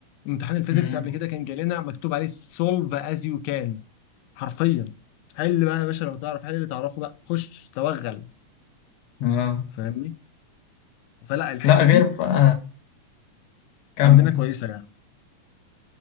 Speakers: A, on the left; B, on the left.
A: امتحان الفيزيكس
B: مم.
A: قبل كده كان جالنا مكتوب عليه سولف از يو كان حرفيا حل بقى يا باشا لو تعرف حل اللي تعرفه بقى خش توغل
B: اه
A: فاهمني فلا الحته
B: لا غير
A: دي
B: بقى كمل
A: عندنا كويسه يعني